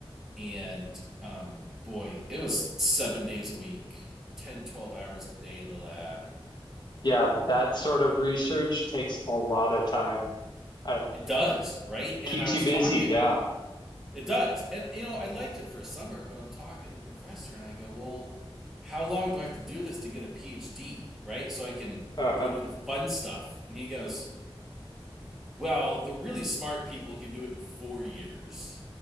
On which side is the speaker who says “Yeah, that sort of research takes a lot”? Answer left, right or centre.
Left